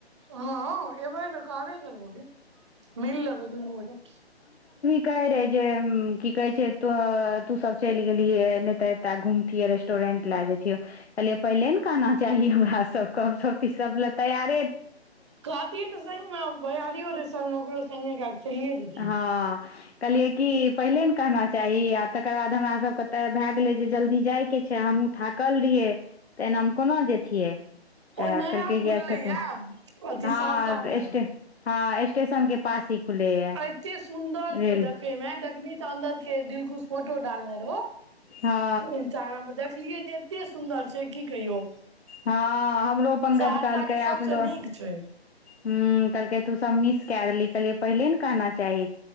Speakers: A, on the right (about 25°); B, on the left (about 75°).
A: हँ एबई त कहबे करबो गे मिल लेबै दूनू गोटा
B: कहे रहय जे की कहे छै तो तू सब चलि गेलिये ने तऽ ए घुमतिये रेस्टोरेंट पेंट पहले ना कहना चाहिए हमरा सब केँ हम सब त कम ले तैयार
A: कहतीऐ तऽ सही मे भयारी हो रहै संगमे ओकरो संगे चलिये जैतियै
B: हँ कहलियए की पहिले ने कहना चाही आ तकर बाद हमरा सबकेँ तऽ भए गेलय जे जल्दी जाय केँ छै हम थाकल रहियै तऽ एनामे कोना जेथियै
A: ओ
B: तऽ
A: नया
B: कहलकै
A: खुललै
B: गकुन
A: या अथी
B: हँ
A: सहरसा मे
B: स्टेशन हँ स्टेशन कें पास ही खुले है
A: एते सुन्दर
B: रेल
A: छौ देखे मे देखबही तऽ अन्दर केँ दिलकुश फोटो डालने रहौ
B: हँ
A: इंस्टाग्राम पर देखलियै जे एते सुन्दर छै की कहियौ
B: हँ हमरो पंकज
A: सहरसा
B: कहलकय
A: के
B: ह
A: सबसे नीक छै
B: कहलकै तु सब मिस क देली कले पहिले ने कहना चाही